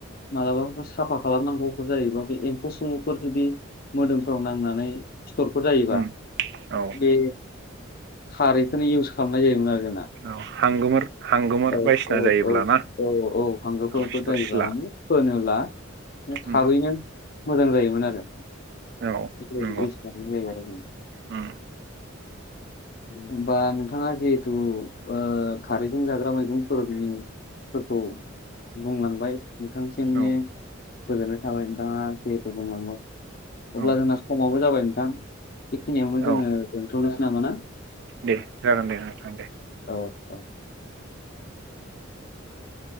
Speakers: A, on the left; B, on the right.
A: मालाबाफोर साफा खालामनांगौफोर जायोबा बे एम्फौ सुफोर जुदि मोदोमफ्राव नांनानै। सिथरफोर जायोबा।
B: उम औ
A: बे खारैखौनो इउस खालामनाय जायोमोन आरो जोंना।
B: हांगोमोर। हांगोमोर
A: औ
B: बायदिसिना
A: औ
B: जायोब्ला
A: औ
B: ना
A: औ औ हांगोफोरफोर
B: औ सिथर
A: जायोबा
B: सिला
A: माने फोनो ला। थाबैनो।
B: उम
A: मोजां जायोमोन आरो
B: औ
A: बेफोर
B: नंगौ
A: इउस खालामनाय जायो आरो।
B: उम
A: होमबा नोंथाङा जिहेथु ओ खारैजों जादो। दा मैगंफोरनि फोरखौ बुंलांबाय नोंथां <unintelligible>
B: औ
A: गोजोननाय थाबाय नोंथाङा जिहेथु बुंलांबाय अब्ला
B: औ
A: जोंना समाबो जाबाय नोंथां बेखिनियावनो जोङो
B: औ
A: दोनथ'नोसै नामा ना?
B: दे जागोन दे नोंथां दे
A: औ औ <inaudible>